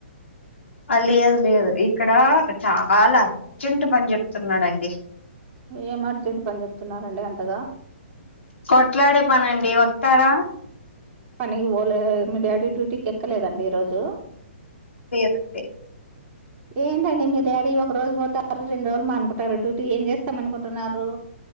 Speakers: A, on the left; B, on the right.
A: లేదు లేదు ఇక్కడ చాలా అర్జెంట్ పని చెప్తున్నాడండి
B: ఏమర్జెంట్ పని చెప్తున్నారండి అంతగా
A: కొట్లాడే పనండి వస్తారా
B: పనికి పోలే మీ డాడీ డ్యూటీకి ఎక్కలేదండి ఈ రోజు
A: <unintelligible>
B: ఏంటండి మీ డాడీ ఒక రోజు పోతారు రెండు రోజులు మానుకుంటారు డ్యూటీ ఏం చేస్తాం అనుకుంటున్నారు